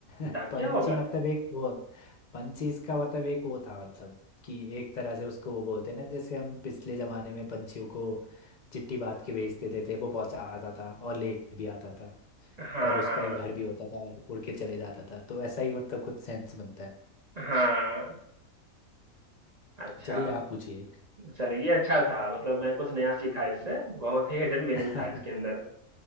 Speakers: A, on the left; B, on the right.
A: <laughs>
B: डाकिया
A: पंची
B: होगा
A: मतलब एक वो पंची इसका मतलब एक वो था मतलब कि एक तरह से उसको वो बोलते हैं ना जैसे हम पिछले जमाने में पंछियों को चिट्ठी बात के भेज देते थे वो पहुंचा आता था और ले भी आता था
B: हाँ
A: पर उसका
B: हाँ
A: एक घर भी होता था उड़ के चले जाता था तो ऐसा ही मतलब कुछ सेंस बनता है
B: हाँ अच्छा
A: चलिए आप पूछिए एक
B: चलिए ये अच्छा था मतलब मैं कुछ नया सीखा इससे बहुत ही हिडन मीनिंग
A: <laughs>
B: था इसके अंदर